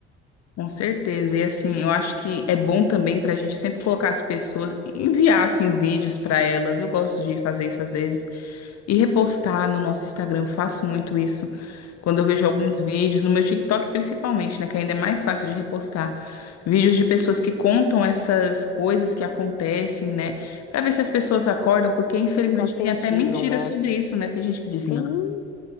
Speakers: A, on the left; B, on the left.
A: Com certeza. E assim, eu acho que é bom também para a gente sempre colocar as pessoas, enviar assim, vídeos para elas. Eu gosto de fazer isso às vezes e repostar no nosso Instagram. Eu faço muito isso quando eu vejo
B: Sim,
A: alguns vídeos, no meu TikTok principalmente, né? Que ainda é mais fácil de repostar. Vídeos de pessoas que contam essas coisas que acontecem, né? Para ver se as pessoas acordam, porque infelizmente
B: se conscientizam,
A: tem até mentira
B: né?
A: sobre isso, né? Tem gente que diz,
B: Sim,
A: não.